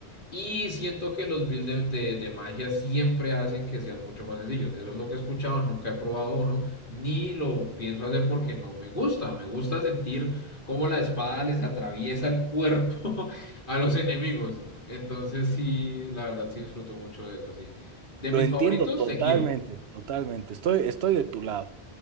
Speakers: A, on the left; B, on the right.
A: y siento que los builds de, de- de magia siempre hacen que sean mucho más sencillos. Eso es lo que he escuchado, nunca he probado uno, ni lo pienso hacer porque no me gusta. Me gusta sentir cómo la espada les atraviesa el cuerpo <laughs> a los enemigos. Entonces sí, la verdad sí disfruto mucho de eso, así. De
B: Lo
A: mis
B: entiendo
A: favoritos,
B: totalmente,
A: Sekiro.
B: totalmente. Estoy, estoy de tu lado.